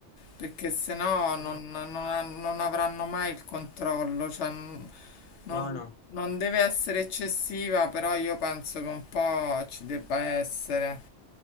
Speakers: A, on the left (about 70°); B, on the left (about 40°).
A: perché sennò non,
B: mm,
A: non, non avranno mai il controllo, cioè, non, non
B: No, no.
A: non deve essere eccessiva, però io penso che un po' ci debba essere.